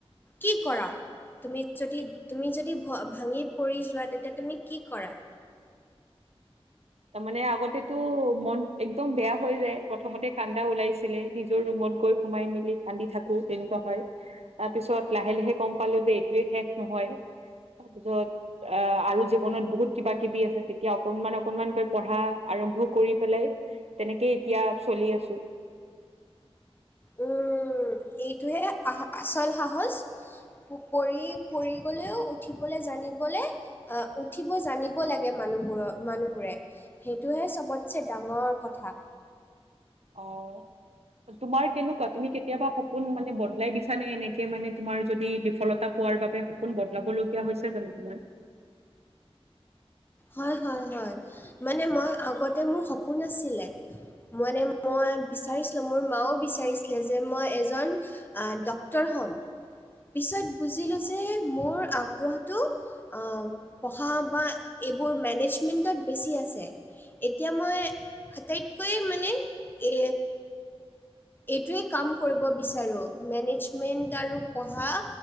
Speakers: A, on the left; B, on the right.
A: কি কৰা? তুমি যদি তুমি যদি ভাঙি পৰি যোৱা তেতিয়া তুমি কি কৰা?
B: তাৰ মানে আগতেতো মন একদম বেয়া হৈ যায়, প্ৰথমতে কান্দা ওলাইছিলে। নিজৰ ৰুমত গৈ সোমাই মেলি কান্দি থাকো। তেনেকুৱা হয়, তাৰ পিছত লাহে-লাহে গম পালো যে এইটোয়ে শেষ নহয়। তাৰপিছত এ' আৰু জীৱনত বহুত কিবা-কিবি আছে তেতিয়া অকনমানক কনমানকে পঢ়া আৰম্ভ কৰি পেলাই, তেনেকেই এতিয়া চলি আছো।
A: উম', এইটোহে আ-আচল সাহজ- পৰি পৰি গলেও উঠিবলে জানিবলে- আহ, উঠিব জানিব লাগে মানুহবোৰৰ মানুহবোৰে সেইটোহে চবতচে ডাঙৰ কথা।
B: অঁ তোমাৰ কেনেকুৱা? তুমি কেতিয়াবা সপোন মানে বদলাই দিছা নে এনেকে মানে তোমাৰ যদি বিফলতা- পোৱাৰ বাবে সপোন বদলাব লগীয়া হৈছে জানো তোমাৰ?
A: হয়-হয়-হয়, মানে মই আগতে মোৰ সপোন আছিলে মানে মই বিচাৰিছিলো মোৰ মাও বিচাৰিছিলে যে মই এজন ড্ক্তৰ হ'ম, পিছত বুজিলো যে মোৰ আগ্ৰহটো আহ পঢ়া বা এইবোৰ মেনেজমেন্টত বেছি আছে এতিয়া মই আটাইতকৈ মানে এ এইটোৱে কাম কৰিব বিচাৰো মেনেজমেন্ট আৰু পঢ়া